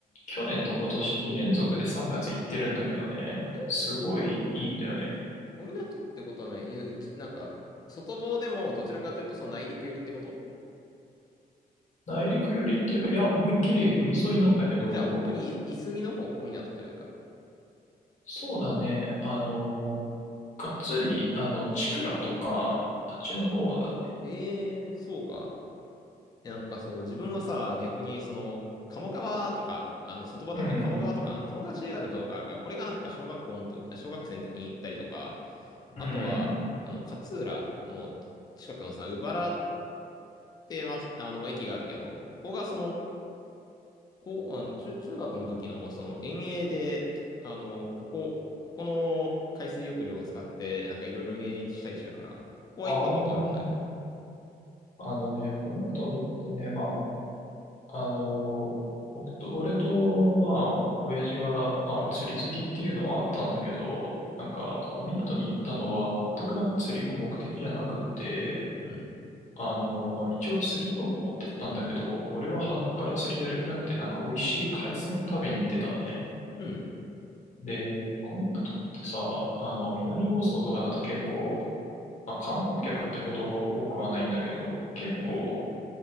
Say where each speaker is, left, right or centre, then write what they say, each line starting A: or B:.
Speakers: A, on the left; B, on the left.
A: 去年と今年2連続で3月行ってるんだけどね、
B: あれ
A: すごいいいんだよね。
B: 小湊ってことはない。いやうち、なんか、外房でもどちらかというとその内陸寄りってこと
A: 内陸寄りっていうか、いや、思いっきり海沿いなんだけど、
B: じゃあ本当にい、いすみの方、小湊というか。
A: そうだね、あの、がっつり、あの、チクラとか、あっちの方だね。
B: へー、そうか。えなんかそう、自分はさ、逆にその、鴨川とか、あの、外場だと鴨川とか、
A: うん、
B: あの、鴨川シーワールドとかあるから、これがなんか小学校のと、小学生の時に行ったりとか、
A: うん。
B: あとは、あの、勝浦の近くのさ、鵜原って町、あの、駅があるけど、ここがその、こう、あの、中、中学の時の、その、遠泳で、とあの、ここ、ここの海水浴場を使って、なんかいろいろ遠泳したりしたから、ここは行ったことあるんだよね。
A: ああ、あのね、この後ってね、まあ、あの、僕と、俺と、まあ、親父が、まあ、
B: うん、
A: 釣り好きっていうのはあったんだけど、なんか、小湊に行ったのは、全くなんか釣りが目的じゃなくって、
B: うん、
A: あの、まあ、一応釣り道具持ってったんだけど、俺は鼻から釣りやる気なくて、なんか美味しい海鮮を食べに行ってたのね。
B: うん、
A: で、小湊ってさ、あの、南房総とかだと結構、まあ、観光客ってほど多くはないんだけど、結構、
B: うん、